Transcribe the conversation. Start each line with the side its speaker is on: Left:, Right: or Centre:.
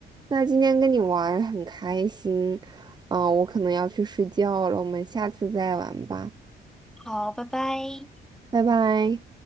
Right: 那今天跟你玩很开心，嗯、我可能要去睡觉了，我们下次再玩吧，
Centre: 好，拜拜。
Right: 拜拜。